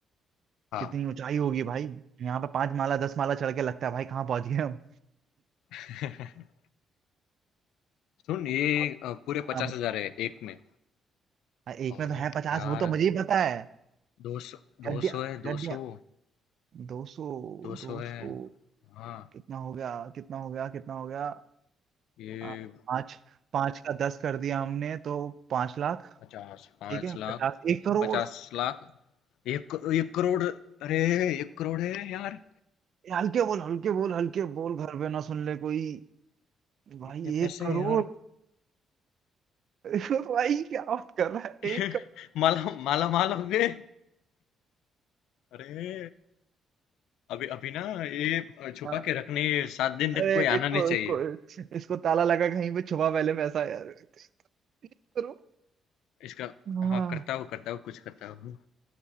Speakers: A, on the left (about 85°); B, on the right (about 60°).
A: हाँ
B: कितनी ऊंचाई होगी भाई यहाँ पे पांच माला दस माला चढ़ के लगता है भाई कहाँ पहुंच गए हम
A: <laughs> सुन ये
B: और
A: अ, पूरे पचास
B: अब
A: हजार है एक में
B: एक
A: और
B: में तो है पचास
A: यार
B: वो तो मुझे ही पता है
A: दो सौ
B: गड्डिया
A: दो सौ है
B: गड्डिया
A: दो सौ
B: दो सौ
A: दो सौ
B: दो
A: है
B: सौ
A: हाँ
B: कितना हो गया कितना हो गया कितना हो गया
A: ये
B: आ, पाँच पाँच का दस कर दिया हमने तो पांच लाख
A: पचास पाँच
B: ठीक है
A: लाख
B: पचास एक करोड़
A: पचास लाख एक करो- एक करोड़ अरे एक करोड़ है यार
B: ये हल्के बोल हल्के बोल हल्के बोल घर पे ना सुन ले कोई भाई
A: इतने पैसे
B: एक करोड़
A: हैं यार
B: <laughs> भाई क्या बात कर रहा है
A: <laughs>
B: एक
A: माला माला माल हो गए अरे अभी अभी ना ये छुपा
B: करोड़ हाँ
A: के रखने ये सात दिन
B: अरे
A: तक कोई
B: इसको
A: आना नहीं
B: इसको
A: चाहिए
B: इसको ताला लगा कहीं पे छुपा पहले पैसा यार एक करोड़
A: इसका
B: हाँ
A: हाँ करता हूँ करता हूँ कुछ करता हूँ